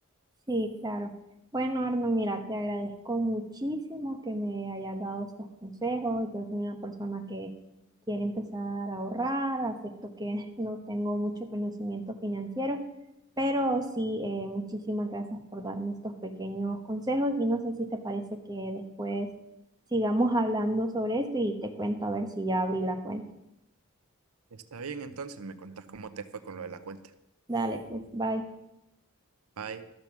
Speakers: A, on the right; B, on the right.
A: Sí, claro. Bueno, Arno, mira, te agradezco muchísimo que me hayas dado estos consejos. Yo soy una persona que quiere empezar a ahorrar, acepto que <laughs> no tengo mucho conocimiento financiero, pero sí, eh, muchísimas gracias por darme estos pequeños consejos y no sé si te parece que después sigamos hablando sobre esto y te cuento a ver si ya abrí la cuenta.
B: Está bien, entonces me contás cómo te fue con lo de la cuenta.
A: Dale, pues, bye.
B: Bye.